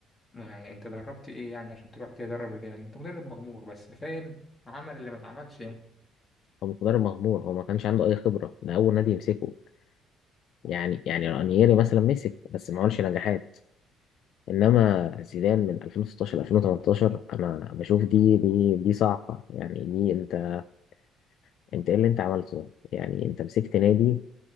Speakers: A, on the left; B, on the left.
A: يعني انت دربت ايه يعني عشان تروح تدرب الريال انت مدرب مغمور بس فاهم عمل اللي ما اتعملش يعني
B: هو مقدار مغمور هو ما كانش عنده اي خبره ده اول نادي يمسكه يعني يعني رانييري مثلا مسك بس ما عملش نجاحات انما زيدان من 2016 2018 انا بشوف دي دي دي صاعقه يعني دي انت انت ايه اللي انت عملته يعني انت مسكت نادي